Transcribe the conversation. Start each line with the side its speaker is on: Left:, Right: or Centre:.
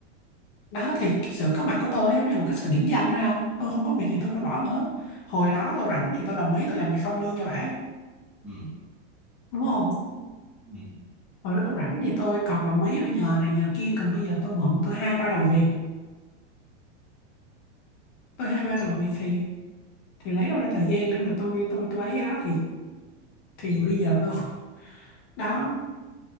Left: đó thì sự có mặt của tôi nó giống như là một cái sự điểm danh thôi không tôi không có việc gì tôi phải bỏ vào hết hồi đó tôi rảnh thì tôi đồng ý tôi làm việc không lương cho bả
Centre: ừ,
Left: đúng không
Centre: ừ.
Left: hồi đó tôi rảnh thì tôi còn đồng ý bả nhờ này nhờ kia còn bây giờ tôi bận tôi hai ba đầu việc tôi hai ba
Centre: Trời,
Left: đầu việc thì thì lấy đâu ra thời gian để mà tôi tôi tôi ấy cái đó thì thì
Centre: hiểu
Left: bây
Centre: hiểu hiểu
Left: giờ tôi <laughs> đó